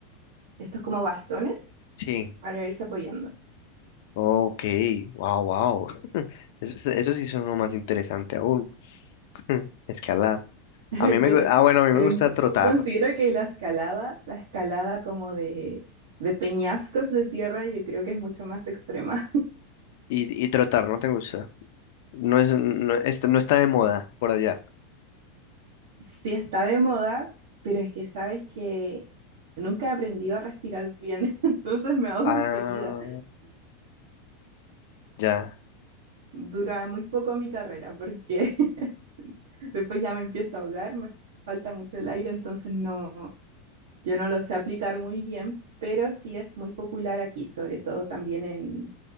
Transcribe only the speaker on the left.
Sí.
Ok, wow, wow. <laughs> Eso, eso sí suena más interesante aún. <laughs> Escalada.
A mí me,
gu- ah, bueno, a mí
me gusta
trotar
y, y trotar, ¿no te gusta? No es, no, este- no está de moda por allá.
Ah,
ya.